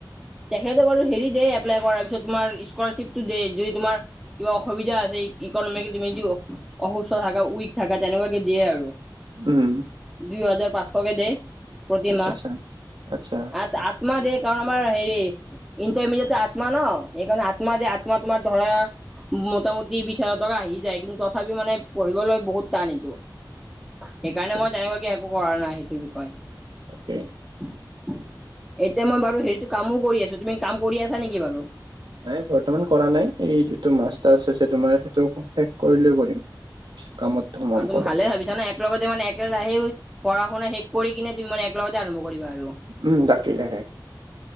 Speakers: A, in the centre; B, on the right (about 70°).
A: তেখেতে বাৰু হেৰি দে এপ্লাই কৰাৰ পিছত তোমাৰ স্কলাৰশ্বিপটো দে যদি তোমাৰ। কিবা অসুবিধা আছে ইকনমিক তুমি য অসুস্থ থাকা, উইক থাকা তেনেকুৱাকে দিয়ে আৰু।
B: উম।
A: দুই হাজাৰ পাঁচশকে দে প্ৰতিমাহ,
B: আচ্ছা আচ্ছা
A: আঠ আঠ। তোমাৰ দে কাৰণ আমাৰ হেৰি। ইণ্টাৰমিডিয়েট আত্মা ন? সেইকাৰণে আত্মা যে আত্মা তোমাৰ ধৰা মোটামুটি বিশ হাজাৰ টকা আহি যায়, কিন্তু তথাপি মানে পঢ়িবলৈ বহুত টান এইটো। সেইকাৰণে
B: বহুত
A: মই তেনেকুৱাকে একো কৰা নাই সেইটোৰ বিষয়ে।
B: তাকে।
A: এতিয়া মই বাৰু হেৰিতটো কামো কৰি আছো তুমি কাম কৰি আছা নেকি বাৰু?
B: নাই বৰ্তমান কৰা নাই এই যিটো মাষ্টাৰ আছে তোমাৰ সেইটো শেষ কৰিলে কৰিম। কামত সোমাম
A: অ তুমি
B: কৰবাত
A: ভালে ভাবিছা ন এক সেইটো লগতে মানে একেৰাহেও পঢ়া-শুনা শেষ কৰি কিনে তুমি মানে একেলগতে আৰম্ভ কৰিবা আৰু
B: উম তাকেহে।